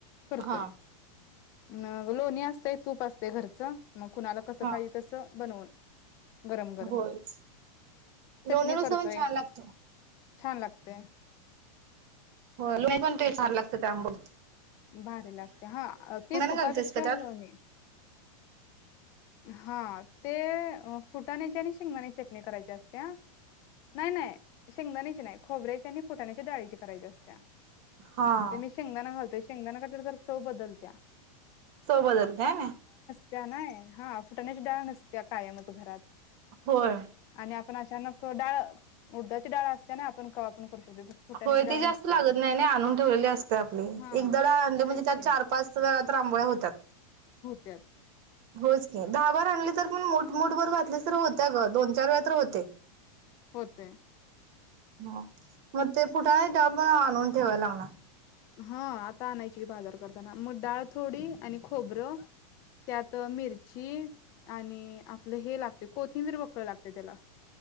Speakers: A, on the left (about 15°); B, on the right (about 30°).
A: करतोय
B: हा
A: नं लोणी असतय तूप असतय घरचं मग कुणाला कसं
B: हा
A: पाहिजे तसं बनवून गरम गरम.
B: होयच
A: चटणी
B: लोणी नुसतं
A: करतोय
B: पण छान लागतं.
A: छान लागतय.
B: हो लोणी पण ते छान लागत त्याआंबोलीत
A: भारी लागते हा ते तुपापेक्षा
B: घालतेस का त्यात?
A: लोणी हा ते फुटाण्याचे आणि शेंगदाण्याची चटणी करायची असतेया नाय नाय शेंगदाण्याची नाही खोबऱ्याची आणि फुटाण्याच्या डाळीची करायची असत्या
B: हा
A: ते मी शेंगदाणा घालतोय शेंगदाणा घातलं वर जरा चव बदलत्या
B: चव बदलते हायना
A: त्या नाय ये हा फुटाण्याची डाळ नसत्या कायमच घरात
B: होय.
A: आणि आपण अचानक डाळ उडदाची डळ असते ना आपण कवा पण करू शकतो तस फुटाण्याची
B: होय
A: डाळ
B: ते जास्त
A: नसत्या
B: लागत नाय ना आणून ठेवलेली असते आपली
A: हा
B: एकदा डाळ आणली म्हणजे
A: तेच
B: त्यात
A: की
B: चार पाच वेळा तर आंबोळ्या होतात.
A: त्यात
B: होच की दहा बार आणली तर मूठ मूठ भर घातलीस होत्या ग दोन चार वेळा तर होते.
A: होते.
B: ह म ते फुटण्यांची डाळ पण आणून ठेवायला आणा
A: हा आता आणायची बाजार करताना मग डाळ थोडी आणि खोबरं त्यात मिरची आणि आपलं हे लागतय कोथिंबीर वकळ लागतय त्याला